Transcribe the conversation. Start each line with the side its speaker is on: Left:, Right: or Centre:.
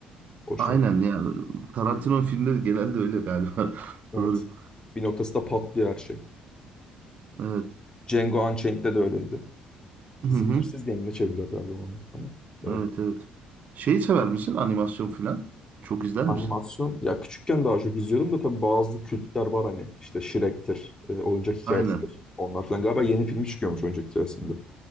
Left: hoşuna
Right: aynen
Left: gidiyor.
Right: yani Tarantino filmleri genelde öyle galiba. <laughs>
Left: Evet.
Right: Doğru.
Left: Bir noktasında patlıyor her şey.
Right: Evet.
Left: Django Unchained'de de öyleydi.
Right: Hı
Left: Zincirsiz
Right: hı.
Left: diye mi ne çevirdiler galiba onu ama. Evet.
Right: Evet evet. Şeyi sever misin? Animasyon filan. Çok izler
Left: Animasyon.
Right: misin?
Left: Ya küçükken daha çok izliyordum da tabii bazı kültler var hani. İşte Shrek'tir, e, oyuncak hikayesidir.
Right: Aynen.
Left: Onlar falan. Galiba yeni film çıkıyormuş oyuncak hikayesinde.